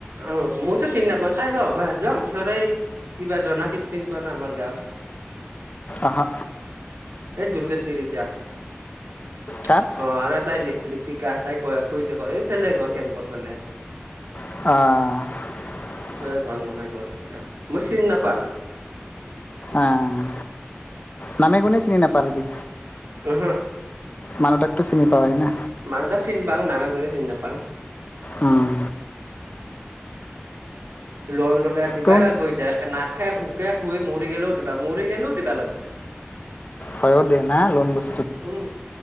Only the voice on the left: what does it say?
আহহা
কাক
অ'
আহ নামে গুনে চিনি নোপাৰ কি।
মালটাক টো চিনি পাৱয়ে না।
উম।
কোন
হয় দে না লোন বস্তু।